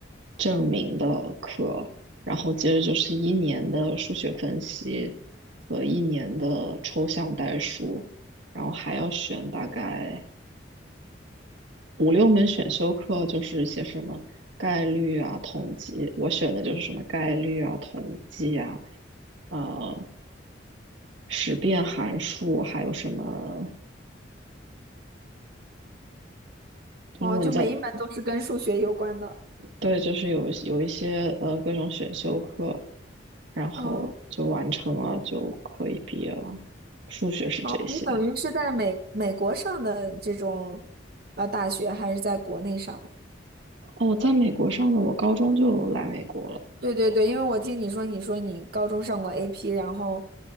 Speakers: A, on the right; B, on the right.
A: 证明的课，然后接着就是一年的数学分析和一年的抽象代数，然后还要选大概五六门选修课，就是一些什么概率啊、统计，我选的就是什么概率啊、统计啊。啊、呃识变函数，还有什么英文叫，
B: 哦，就每一门都是跟数学有关的。
A: 对，就是有有一些呃各种选修课，然后就完成了，
B: 哦。
A: 就可以毕业了。数学是这些。
B: 哦，你等于是在美美国上的这种呃大学，还是在国内上的？
A: 哦，我在美国上的，我高中就来美国了。
B: 对对对，因为我听你说，你说你高中上过 AP，然后